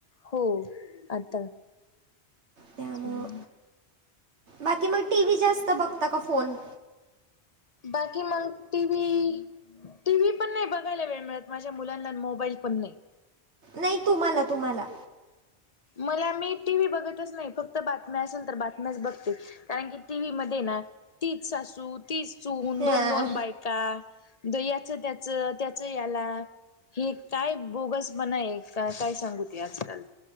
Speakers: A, on the left; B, on the right.
A: हो आता
B: त्यामुळं
A: हुमं
B: बाकी मग टी व्ही जास्त बघता का फोन
A: बाकी मग टी व्ही टी व्ही पण नाही बघायला वेळ मिळत माझ्या मुलांना मोबाईल पण नाही.
B: नयी तुम्हाला तुम्हाला
A: मग मी टी व्ही बघतच नाही फक्त बातम्या असेल तर बातम्याच बघते कारण की टीव्ही मध्ये ना तीच सासू तीच सुन
B: हा.
A: दोन दोन बायका द याच त्याचं त्याच याला हे काय बोगस पण आहे का काय सांगू ते आजकाल